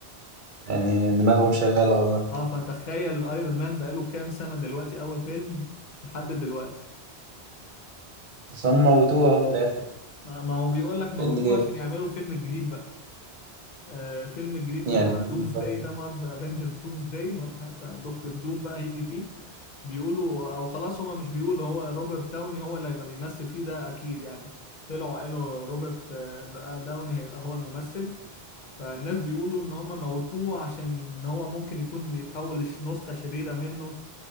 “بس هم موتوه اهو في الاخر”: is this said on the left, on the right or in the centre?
Right